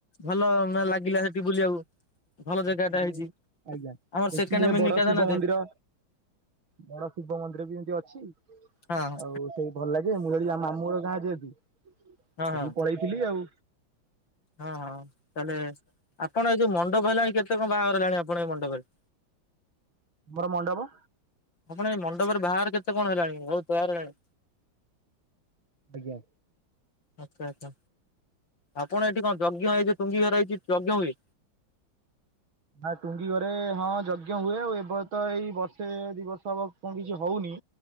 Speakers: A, on the left; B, on the right.
A: ଭଲ ମାନେ ଲାଗିଲା ସେଠି ବୁଲିବାକୁ। ଭଲ
B: ଆଜ୍ଞା
A: ଜାଗାଟା ହେଇଛି।
B: ସେଠି
A: ଆମର ସେକେଣ୍ଡ ମିନି
B: ବଡ
A: କେଦାରନାଥ
B: ଶିବ ମନ୍ଦିର ବଡ ଶିବ ମନ୍ଦିର ବି ଏମିତି ଅଛି
A: ହଁ ହଁ
B: ଆଉ ସେଇଠି ଭଲ ଲାଗେ ମୁଁ <unintelligible> <unintelligible> ସେଠିକି
A: ହଁ ହଁ।
B: ପଳେଇଥିଲି ଆଉ।
A: ହଁ- ହଁ ତାହେଲେ ଆପଣ ଏଇ ଯଉ ମଣ୍ଡପ ହେଲାଣି କେତେ କଣ ବାହାଘର ହେଲାଣି ଆପଣ ଏଇ ମଣ୍ଡପରେ?
B: ଆମର ମଣ୍ଡପ
A: ଆପଣ ଏଇ ମଣ୍ଡପରେ ବାହାର କେତେ କଣ ହେଲାଣି ବହୁତ୍ ବାହାର ହେଲାଣି।
B: ଆଜ୍ଞା।
A: ଆଚ୍ଛା -ଆଚ୍ଛା ଆପଣ ଏଠି କଣ ଯଜ୍ଞ ଏଇ ଯଉ ଟୁଙ୍ଗି ଘର ହେଇଚି ଯଜ୍ଞ ହୁଏ?
B: ଆଁ -ଟୁଙ୍ଗି ଘରେ ହଁ ଯଜ୍ଞ ହୁଏ ଆଉ ଏବେ ତ ଏଇ ବର୍ଷେ ଦି ବର୍ଷ ହବ କଣ କିଛି ହଉନି।